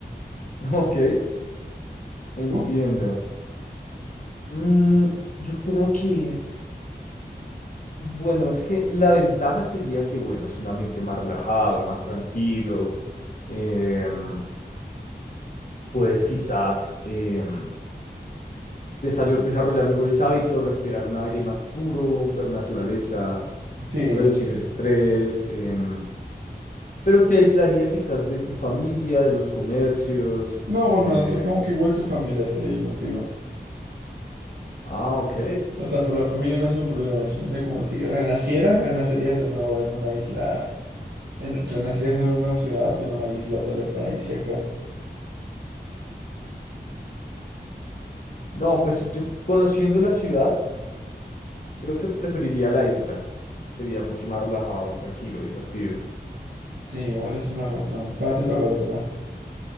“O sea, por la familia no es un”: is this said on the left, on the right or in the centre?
Right